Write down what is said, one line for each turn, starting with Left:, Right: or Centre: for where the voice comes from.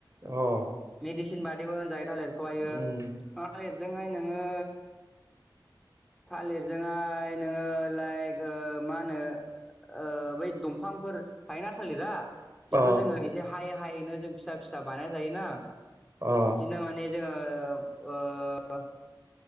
Right: अ
Centre: मेडिसिन बादिबो होनजायो थालिरखौहायो
Right: उम
Centre: थालिरजोंहाय नोङो थालिरजोंहाय नोङो लाइक मा होनो ओ बै दंफांफोर फाइना थालिरा बेखौ
Right: अ
Centre: जोङो एसे हायै हायैनो जों फिसा फिसा बानाय जायोना
Right: अ
Centre: बिदिनो माने जोङो